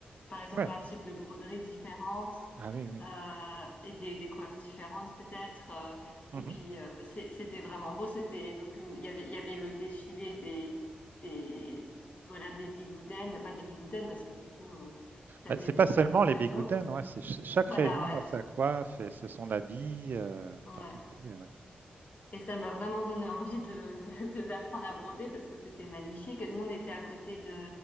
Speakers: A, on the left; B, on the right.
A: par exemple
B: Ouais.
A: un type de broderie différente,
B: Ah oui, oui.
A: euh, et des, des coiffes différentes peut-être. euh,
B: Mhm.
A: et puis euh, c'est- c'était vraiment beau. C'était donc une, il y avait, il y avait le défilé des, des voilà des bigoudaines, pas des bigoudaines parce que du coup euh, ça
B: Bah,
A: venait
B: C'est
A: de
B: pas seulement
A: plein d'autres
B: les
A: régions.
B: bigoudens, ouais, c'est ch- chaque
A: Voilà,
B: région
A: ouais,
B: a sa coiffe et c'est son habit euh,
A: ouais.
B: particulier.
A: Et ça m'a vraiment donné envie de, de- de- d'apprendre à broder parce que c'était magnifique. Et nous, on était à côté de,